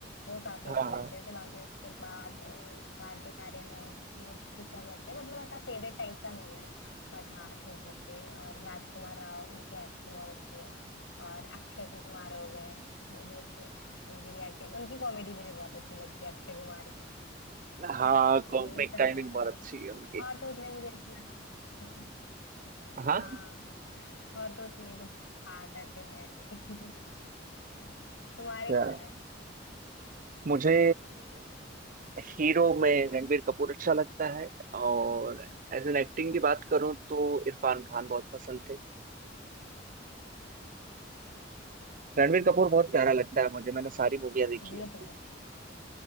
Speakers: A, on the left; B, on the right.
A: वो काफी
B: हाँ
A: अच्छे लगते थे बाकी उसके बाद ए, कार्तिक आर्यन है वो ठीक ठाक लगते हैं मतलब ऐसा फेवरेट टाइप का नहीं है बट हाँ ठीक लगते हैं और राजकुमार राव उनकी एक्टिंग बहुत अच्छी है और अक्षय कुमार हो गए वो भी अच्छे हैं। उनकी भी एक्टिंग उनकी कॉमेडी मुझे बहुत अच्छी लगती है अक्षय कुमार तो
B: हाँ कॉमिक
A: यही सब
B: टाइमिंग
A: है
B: बहुत
A: और
B: अच्छी है उनकी
A: और तो उतने मुझे इतना <laughs>
B: हाँ
A: हाँ और तो उतने कुछ खास ऐसे हैं नहीं। <laughs> तुम्हारे
B: यार
A: कौन है
B: मुझे हीरो में रणबीर कपूर अच्छा लगता है और एज एन एक्टिंग की बात करूं तो इरफान खान बहुत पसंद थे रणबीर
A: हाँ
B: कपूर बहुत प्यारा लगता है मुझे मैंने सारी मूवियां
A: हाँ,
B: देखी
A: ये
B: है उनकी।
A: तो है